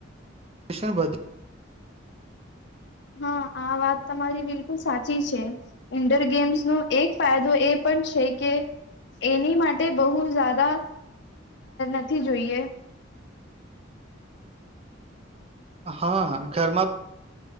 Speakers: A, on the right; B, on the left.
A: શણ વધ
B: હા આ વાત તમારી બિલકુલ સાચી છે, ઇન્ડોર ગેમ્સનો એક ફાયદો એ પણ છે કે, એની માટે બહુ જદા નથી જોઈએ.
A: હા ઘરમાં